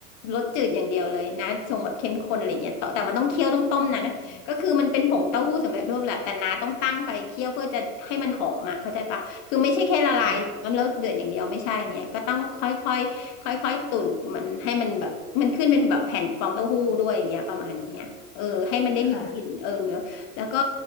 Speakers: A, on the left; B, on the left.
A: รสจืดอย่างเดียวเลยน้าทรงแบบเข้มข้นอะไรเงี้ยต่อแต่มันต้องเคี่ยวต้องต้มนะก็คือมันเป็นผงเต้าหู้สำเร็จรูปแหละแต่น้าต้องตั้งไฟเคี่ยวเพื่อจะให้มันหอมอ่ะเข้าใจปะคือไม่ใช่แค่ละลายน้ำแล้วเดือดอย่างเดียวไม่ใช่อย่างเงี้ยก็ต้องค่อยค่อยค่อยค่อยๆตุ๋นมันให้มันแบบมันขึ้นเป็นแบบแผ่นฟองเต้าหู้ด้วยอย่างเงี้ยประมาณเนี้ยเออให้มันได้มีกลิ่นเออเนื้อแล้วก็
B: ค่ะค่ะ